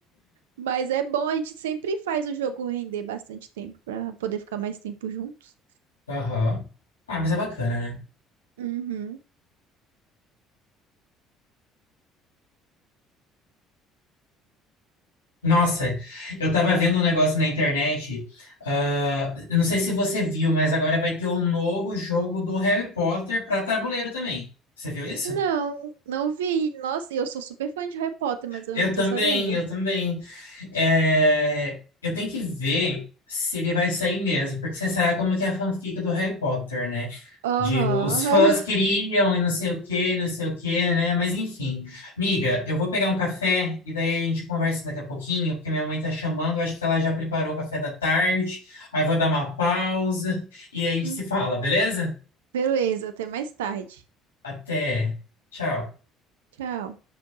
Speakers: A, on the right; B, on the left.
A: Mas é bom, a gente sempre faz o jogo render bastante tempo pra poder ficar mais tempo juntos.
B: Aham. Ah, mas é bacana, né?
A: Uhum.
B: Nossa, eu tava vendo um negócio na internet. ah, eu não sei se você viu, mas agora vai ter o novo jogo do Harry Potter para tabuleiro também. Você viu isso?
A: Não, não vi. Nossa, e eu sou super fã de Harry Potter, mas eu
B: Eu
A: não tô
B: também,
A: sabendo.
B: eu também. É, eu tenho que ver se ele vai sair mesmo, porque você sabe como que é a fanfic do Harry Potter, né?
A: Aham.
B: De os fãs
A: aham.
B: queriam e não sei o que, não sei o que, né? Mas enfim. Miga, eu vou pegar um café e daí a gente conversa daqui a pouquinho, porque minha mãe tá chamando, eu acho que ela já preparou o café da tarde. Aí vou dar uma pausa e a gente
A: Hum,
B: se fala, beleza?
A: Beleza, até mais tarde.
B: Até. Tchau.
A: Tchau.